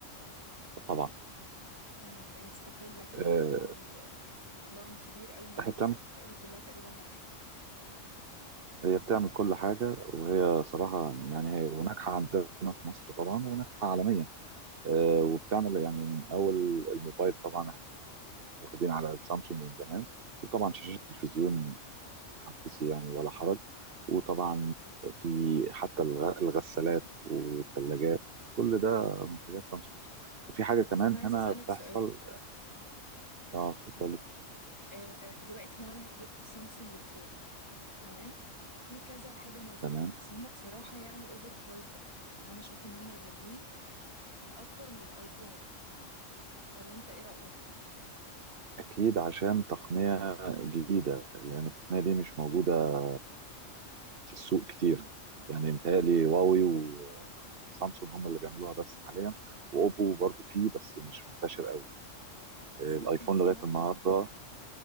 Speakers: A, on the right; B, on the left.
A: طبعا
B: امم هي مستقلة كده
A: آه،
B: وبتعمل لاين كبير قوي من
A: هي
B: اجهزة
A: بتعمل
B: كتير قوي كلها تقريبا ناجحة
A: هي بتعمل كل حاجة وهي صراحة يعني هي وناجحة عندنا في مصر طبعا وناجحة عالميا آه،
B: امم
A: وبتعمل يعني من أول الموبايل طبعا احنا واخدين على السامسونج من زمان وطبعا شاشات التلفزيون حدثي يعني ولا حرج وطبعا
B: امم
A: في حتى الغ- الغسالات والثلاجات كل ده منتجات سامسونج وفي حاجة كمان
B: طب انا عايزة
A: هنا
B: اسألك
A: بتحصل
B: سؤال
A: اه اتفضلي
B: اه دلوقتي لو انا جبت سامسونج الفولد تمام في كذا حاجة نازلة
A: تمام
B: بس هم بصراحة يعني اوفر برايزد قوي يعني انا شايفة ان هم غاليين اكتر من الايفون ولا انت ايه رأيك
A: أكيد عشان تقنية جديدة الأغنية دي مش موجودة في السوق كتير يعني متهيألي هواوي وسامسونج هم اللي بيعملوها بس حاليا وأوبو برضو فيه بس مش منتشر قوي الآيفون
B: بس انا كنت سمعت
A: لغاية النهاردة
B: ان